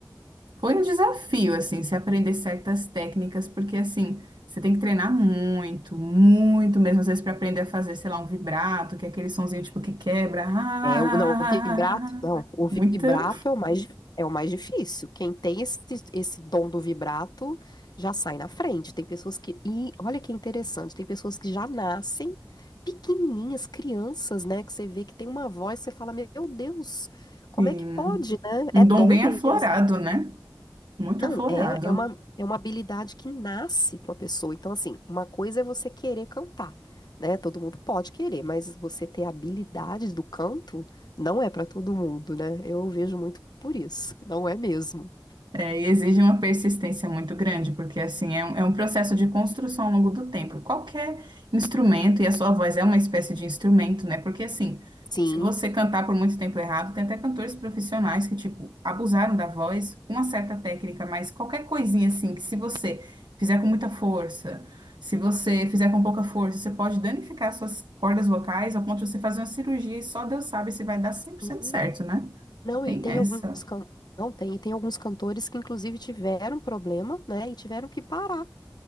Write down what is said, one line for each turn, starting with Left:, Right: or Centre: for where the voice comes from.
Right: Foi um desafio, assim, se aprender certas técnicas, porque, assim, você tem que treinar muito, muito mesmo, às vezes, para aprender a fazer, sei lá, um vibrato, que é aquele sonzinho, tipo, que quebra. Ah,
Left: É, o- não, o vibrato, não, o vibrato
Right: muita,
Left: é o mais, dif- é o mais difícil. Quem tem esse, esse dom do vibrato já sai na frente. Tem pessoas que, e olha que interessante, tem pessoas que já nascem pequenininhas, crianças, né, que você vê que tem uma voz, você fala, meu Deus, como
Right: sim,
Left: é que pode, né?
Right: um
Left: É dom
Right: dom bem
Left: mesmo.
Right: aflorado, né? Muito
Left: Não,
Right: aflorado.
Left: é, é uma, é uma habilidade que nasce com a pessoa. Então, assim, uma coisa é você querer cantar, né? Todo mundo pode querer, mas você ter a habilidade do canto não é para todo mundo, né? Eu vejo muito por isso. Não é mesmo.
Right: É, e exige uma persistência muito grande, porque assim é um, é um processo de construção ao longo do tempo. Qualquer instrumento, e a sua voz é uma espécie de instrumento, né? Porque assim,
Left: Sim.
Right: se você cantar por muito tempo errado, tem até cantores profissionais que, tipo, abusaram da voz com uma certa técnica, mas qualquer coisinha assim, que se você fizer com muita força, se você fizer com pouca força, você pode danificar suas cordas vocais ao ponto de você fazer uma cirurgia e só Deus sabe se vai dar cem por cento
Left: Sim.
Right: certo, né?
Left: Não,
Right: Tem
Left: e tem
Right: essa.
Left: alguns can... não tem, e tem alguns cantores que inclusive tiveram problema, né? E tiveram que parar